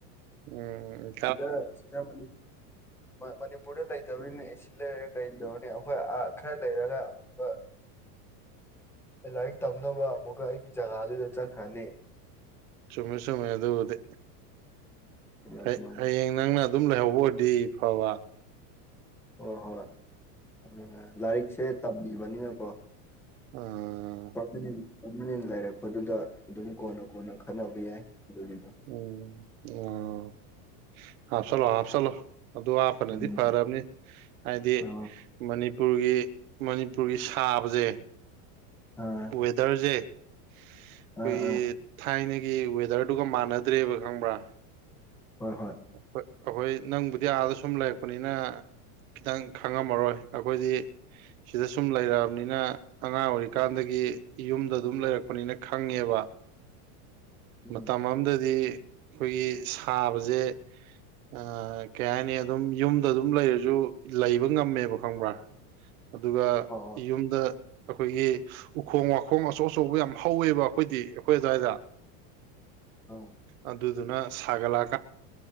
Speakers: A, on the right (about 65°); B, in the centre.
A: ꯑꯣ <unintelligible>
B: ꯁꯤꯗ ꯁꯤꯗ ꯃꯅꯤ ꯃꯅꯤꯄꯨꯔꯗ ꯂꯩꯇꯧꯔꯤꯅꯤ ꯑꯦꯁꯤ ꯂꯩꯔꯒ ꯀꯩꯗꯧꯔꯤꯅꯤ ꯑꯩꯈꯣꯏ ꯑꯥ ꯈꯔ ꯂꯩꯔꯒ ꯑꯃꯨꯛꯀ
A: <inaudible>
B: ꯑꯦ ꯂꯥꯏꯔꯤꯛ ꯇꯝꯅꯕ ꯑꯃꯨꯛꯀ ꯑꯩꯒꯤ ꯖꯒꯥꯗꯨꯗ ꯆꯠꯈ꯭ꯔꯅꯤ
A: ꯆꯨꯝꯃꯦ ꯆꯨꯝꯃꯦ ꯑꯗꯨꯕꯨꯗꯤ ꯍꯥ
B: ꯑꯗꯨꯃꯥꯏꯅ
A: ꯍꯥꯌꯦꯡ ꯅꯪꯅ ꯑꯗꯨꯝ ꯂꯩꯍꯧꯕ ꯑꯣꯏꯔꯗꯤ ꯐꯕ
B: ꯍꯣꯏ ꯍꯣꯏ ꯑꯗꯨꯅ ꯂꯥꯏꯔꯤꯛꯁꯦ ꯇꯝꯃꯤꯕꯅꯤꯅꯀꯣ
A: ꯑꯥ
B: ꯎꯃꯤ <unintelligible> ꯑꯗꯨ ꯂꯩꯔꯛꯄꯗꯨꯗ ꯑꯗꯨꯝ ꯀꯣꯟꯅ ꯀꯣꯟꯅ ꯈꯟꯅꯕ ꯌꯥꯏ ꯑꯗꯨꯒꯤꯗꯣ
A: ꯎꯝ ꯑꯣ ꯍꯥꯐ ꯆꯂꯣ ꯍꯥꯐ ꯆꯂꯣ ꯑꯗꯨ ꯍꯥꯞ ꯄꯅꯗꯤ
B: ꯎꯝ
A: ꯐꯥꯔꯥꯝꯅꯤ ꯍꯥꯏꯗꯤ
B: ꯑ
A: ꯃꯅꯤꯄꯨꯔꯒꯤ ꯃꯅꯤꯄꯨꯔꯒꯤ ꯁꯥꯕꯁꯦ
B: ꯑ
A: ꯋꯦꯗꯔꯁꯦ ꯑꯩꯈꯣꯏꯒꯤ
B: ꯑꯥ ꯑꯥ
A: ꯊꯥꯏꯅꯒꯤ ꯒꯤ ꯋꯦꯗꯔꯗꯨꯒ ꯃꯥꯟꯅꯗ꯭ꯔꯦꯕ ꯈꯪꯕ꯭ꯔꯥ
B: ꯍꯣꯏ ꯍꯣꯏ
A: ꯑꯩꯈꯣꯏ ꯅꯪꯕꯨꯗꯤ ꯑꯥꯗ ꯁꯨꯝ ꯂꯩꯔꯛꯄꯅꯤꯅ ꯈꯤꯇꯪ ꯈꯪꯉꯝꯃꯔꯣꯏ ꯑꯩꯈꯣꯏꯗꯤ ꯁꯤꯗ ꯁꯨꯝ ꯂꯩꯔꯛꯑꯕꯅꯤꯅ ꯑꯉꯥꯡ ꯑꯣꯏꯔꯤꯀꯥꯟꯗꯒꯤ ꯌꯨꯝꯗ ꯑꯗꯨꯝ ꯂꯩꯔꯛꯄꯅꯤꯅ ꯈꯪꯉꯦꯕ
B: ꯎꯝ
A: ꯃꯇꯝ ꯑꯃꯗꯗꯤ ꯑꯩꯈꯣꯏꯒꯤ ꯁꯥꯕꯁꯦ ꯑ ꯀꯩ ꯍꯥꯏꯅꯤ ꯑꯗꯨꯝ ꯌꯨꯝꯗ ꯑꯗꯨꯝ ꯂꯩꯔꯁꯨ ꯂꯩꯕ ꯉꯝꯃꯦꯕ ꯈꯪꯕ꯭ꯔꯥ ꯑꯗꯨꯒ
B: ꯍꯣꯏ ꯍꯣꯏ
A: ꯌꯨꯝꯗ ꯑꯩꯈꯣꯏꯒꯤ ꯎꯈꯣꯡ ꯋꯥꯈꯣꯡ ꯑꯆꯧ ꯑꯆꯧꯕ ꯌꯥꯝ ꯍꯧꯋꯦꯕ ꯑꯩꯈꯣꯏꯗꯤ ꯑꯩꯈꯣꯏ ꯑ꯭ꯋꯥꯏꯗ
B: ꯑꯥ
A: ꯑꯗꯨꯗꯨꯅ ꯁꯥꯒꯠꯂꯛꯑꯀꯥꯟ